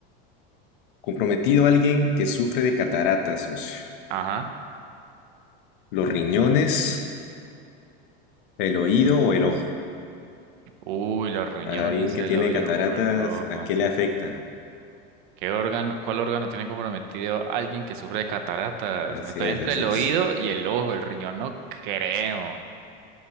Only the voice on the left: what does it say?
Comprometido a alguien que sufre de cataratas, socio.
Los riñones, el oído o el ojo.
A alguien
que tiene
cataratas,
¿a qué le afecta?
Así
es,
así
es.